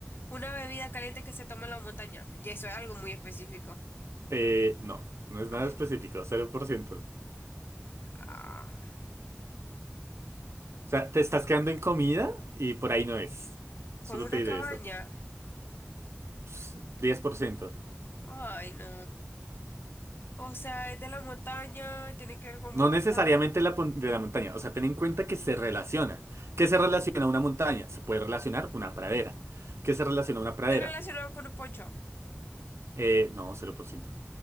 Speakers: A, on the left (about 55°); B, on the right (about 80°).
A: Una bebida caliente que se toma en la montaña. Y eso es algo muy específico.
B: Eh, no, no es
A: Ay,
B: nada específico, cero por ciento. O
A: ah,
B: sea, te estás quedando en comida y por ahí no es.
A: Con
B: Solo
A: una
B: te diré
A: cabaña.
B: eso. Ps, 10%.
A: Ay, no. O sea, es de la montaña, tiene que ver con
B: No
A: Bogotá.
B: necesariamente la pon- de la montaña. O sea, ten en cuenta que se relaciona. ¿Qué se relaciona a una montaña? Se puede relacionar una pradera. ¿Qué se relaciona a una pradera?
A: Está relacionado con un poncho.
B: Eh, no, 0%.